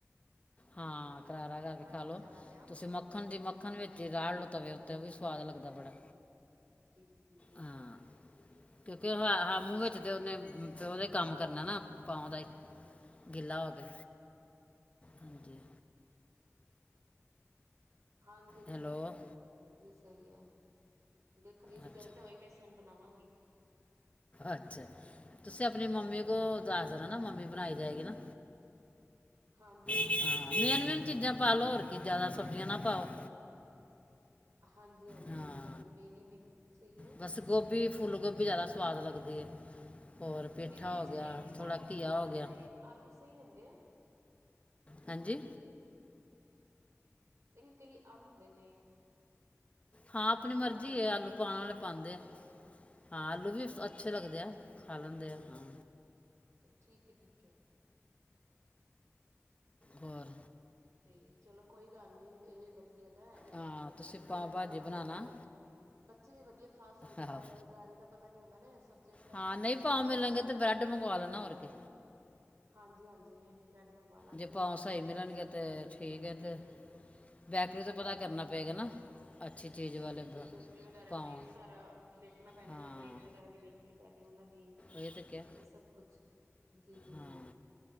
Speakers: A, on the left; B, on the right.
A: ਹਾਂ, ਕਰਾਰਾ ਕਰਕੇ
B: ਰਾੜ
A: ਖਾ ਲੋ
B: ਜ਼ਿਆਦਾ ਲਿਆ
A: ਤੁਸੀਂ ਮੱਖਣ ਦੀ ਮ ਮੱਖਣ ਵਿੱਚ ਹੀ ਦਾਲ ਲੱਤਾ ਪਿਆ ਉੱਤੇ ਉਹ ਵੀ ਸੁਵਾਦ ਲੱਗਦਾ ਬੜਾ।
B: ਜੀ-ਜੀ।
A: ਹਾਂ, ਕਿਉਂਕਿ ਹਾਂ ਮੂੰਹ
B: ਬਸ
A: ਵਿੱਚ
B: ਇਹ
A: ਤਾਂ
B: ਵੀ
A: ਉਹਨੇ ਉਹਦੇ ਕੰਮ ਕਰਨਾ ਨਾ ਆਪਾ ਦਾ ਗਿੱਲਾ ਹੋ ਗਿਆ, ਹਾਂਜੀ।
B: ਹਾਂਜੀ
A: ਹੈਲੋ
B: ਇਹ ਵੀ ਸਹੀ ਏ ਦੇਖ 'ਚ'
A: ਅੱਛਾ
B: ਗਰਮੀ ਹੋਈ ਪਲੈਨ ਬਣਾਵਾਂਗੇ।
A: ਅੱਛਾ, ਤੁਸੀਂ ਆਪਣੀ ਮੰਮੀ
B: ਹਾਂਜੀ
A: ਕੋਲ ਦੱਸ ਦੇਣਾ ਨਾ ਮੰਮੀ ਬਣਾਈ ਜਾਏਗੀ ਨਾ।
B: ਹਾਂਜੀ-ਹਾਂਜੀ।
A: ਹਾਂ ਮੇਨ- ਮੇਨ ਚੀਜ਼ਾਂ ਪਾ ਲੋ ਹੋਰ ਕੀ ਜਿਆਦਾ ਸਬਜੀਆਂ ਨਾ ਪਾਓ।
B: ਹਾਂਜੀ-ਹਾਂਜੀ
A: ਹਾਂ
B: ਨਹੀਂ-ਨਹੀਂ ਮੈਂ ਨਹੀਂ ਮੇ ਸਹੀ ਏ।
A: ਬਸ ਗੋਭੀ, ਫੁੱਲ ਗੋਭੀ ਜ਼ਿਆਦਾ ਸਵਾਦ ਲੱਗਦੀ ਏ। ਹੋਰ ਪੇਠਾ
B: ਇਹਦੇ ਵਿੱਚ
A: ਹੋ ਗਿਆ
B: ਕਈ
A: ਥੋੜ੍ਹਾ
B: ਆਲੂ
A: ਘੀਆ
B: ਵੀ ਪਾਉਂਦੇ
A: ਹੋ ਗਿਆ।
B: ਨੇ ਆਲੂ ਸਹੀ ਹੁੰਦੇ ਆ।
A: ਹਾਂਜੀ।
B: ਇਹ ਵੀ ਕਈ ਆਲੂ ਹੁੰਦੇ ਨੇ
A: ਹਾਂ ਆਪਣੀ ਮਰਜ਼ੀ
B: ਨਹੀਂ ਪੈਂਦੇ
A: ਹੈ ਆਲੂ ਪਾਉਣ ਵਾਲੇ ਪਾਉਂਦੇ ਆ ਹਾਂ
B: ਅੱਛਾ
A: ਆਲੂ
B: ਅੱਛਾ
A: ਵੀ ਅ ਅੱਛੇ ਲੱਗਦੇ ਆ ਖਾ ਲੈਂਦੇ ਆ ਹਾਂ।
B: ਠੀਕ ਹੈ, ਠੀਕ ਹੈ।
A: ਬਾਹਰ।
B: ਤੇ ਚਲੋ ਕੋਈ ਗੱਲ ਨੀ ਇਹ ਵੀ ਵਧੀਆ ਗਾ ਰ
A: ਹਾਂ ਤੁਸੀਂ
B: ਅਗਰ
A: ਪਾਓ
B: ਘਰੇ
A: ਭਾਜੀ
B: ਬਣਾਵਾਂਗੇ
A: ਬਣਾਣਾ
B: ਤਾਂ ਮੇ ਬੱਚੇ ਵੀ ਵਧੀਆ ਖਾ ਸਕਦੇ
A: ਆਹੋ।
B: ਆ ਬਜ਼ਾਰੀ ਦਾ ਪਤਾ ਨੀ ਹੁੰਦਾ ਨਾ ਸਬਜ਼ੀਆਂ। ਫਰੈਸ਼
A: ਹਾਂ
B: ਨੇ
A: ਨਹੀਂ
B: ਜਾਂ
A: ਪਾਓ
B: ਕਿਵੇਂ
A: ਮਿਲਣਗੇ
B: ਨੇ
A: ਤੇ ਬਰੈਡ ਮੰਗਵਾ ਲੈਣਾ ਹੋਰ ਕੀ
B: ਹਾਂਜੀ- ਹਾਂਜੀ ਨਹੀਂ- ਨਹੀਂ ਬ੍ਰੈਡ ਮੰਗਵਾ ਲਾਂਗੇ
A: ਜੇ
B: ਉਹੀ
A: ਪਾਓ
B: ਫਿਰ
A: ਮਿਲਣਗੇ
B: ਸਹੀ ਲੱਗਿਆ।
A: ਤੇ ਠੀਕ ਹੈ ਤੇ ਬੈਕਰੀ ਤੋਂ ਪਤਾ ਕਰਨਾ
B: ਹਾਂਜੀ
A: ਪਏਗਾ ਨਾ। ਅੱਛੀ ਚੀਜ਼
B: ਜੀ-
A: ਵਾਲੇ
B: ਜੀ-
A: ਬ-
B: ਜੀ ਬੇਕਰੀ ਵਗੈਰਾ
A: ਪਾਓ
B: ਤੇ ਸਾਰਾ ਦੇਖਣਾ ਪੈਣਾ
A: ਹਾਂ
B: ਵੀ ਡੇਟ ਵਗੈਰਾ ਵੀ ਦੇਖ। ਨੀ ਪੈਣੀ ਉਹਨਾਂ ਦੀ
A: ਇਹ ਤਾਂ ਕਿਹਾ
B: ਇਹ ਸਭ ਕੁਛ ਜੀ- ਜੀ-
A: ਹਾਂ
B: ਜੀ।